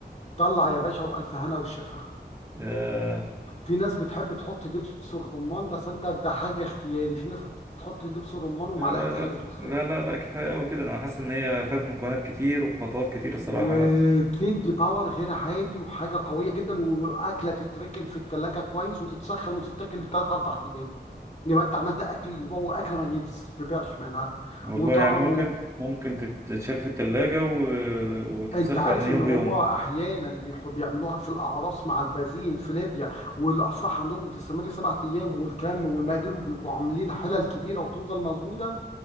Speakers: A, on the left; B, on the right.
A: طلع يا باشا والف هنا وشفا
B: آه،
A: في ناس بتحب تحط دبس الرمان بس انت ده حاجه اختياري في ناس بتحط دبس الرمان ومعلقه
B: لا لا لا
A: خل تفاح
B: لا لا لا كفاية أوي كده أنا حاسس إن هي خدت مكونات كتير وخطوات كتير الصراحة
A: وبتدي
B: لا
A: باور غير عادي وحاجه قويه جدا واكله تتركن في التلاجة كويس وتتسخن وتتاكل ثلاث اربع ايام يبقى انت عملت اكل الاسبوع واكله ما يتشبعش منها
B: والله
A: وطعمه
B: يعني ممكن ممكن تت- تتشال في التلاجة و... وتتسخن
A: انت عارف
B: يوم
A: ان هما
B: بيوم
A: احيانا بيحب بيعملوها في الاعراس مع البازين في ليبيا والافراح عندهم بتستمر سبعة ايام والكم والمقادير وبيبقوا عاملين حلل كبيره وتفضل موجوده